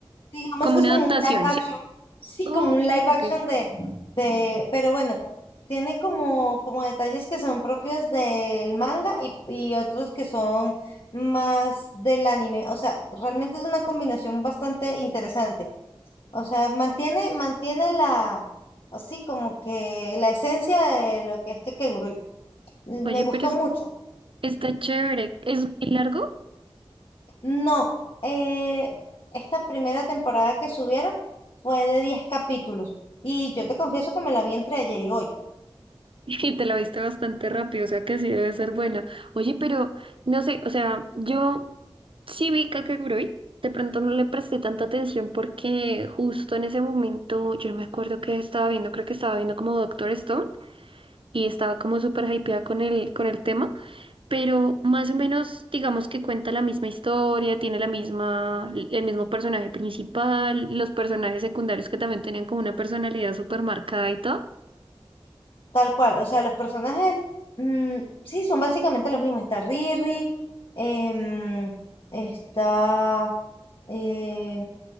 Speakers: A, on the left; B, on the right.
A: Digamos
B: como
A: que
B: una
A: es como
B: adaptación,
A: un live action.
B: ¿sí?
A: Sí,
B: Ok,
A: como un live action
B: ok.
A: de, de, pero bueno, tiene como, como detalles que son propios del manga y, y otros que son más del anime. O sea, realmente es una combinación bastante interesante. O sea, mantiene, mantiene la, así como que la esencia de lo que es Kakegurui. Me
B: Oye,
A: gustó
B: pero es-
A: mucho.
B: está chévere. ¿Es muy largo?
A: No, eh, esta primera temporada que subieron fue de 10 capítulos. Y yo te confieso que me la vi entre ayer y hoy,
B: Y te la viste bastante rápido, o sea que sí debe ser buena. Oye, pero no sé, o sea, yo sí vi Kakegurui, de pronto no le presté tanta atención porque justo en ese momento, yo no me acuerdo qué estaba viendo, creo que estaba viendo como Doctor Stone y estaba como súper hypeada con el, con el tema, pero más o menos digamos que cuenta la misma historia, tiene la misma, el mismo personaje principal, los personajes secundarios que también tenían como una personalidad súper marcada y todo.
A: tal cual. O sea, los personajes, mm, sí, son básicamente los mismos. Está Riri, em, está, eh,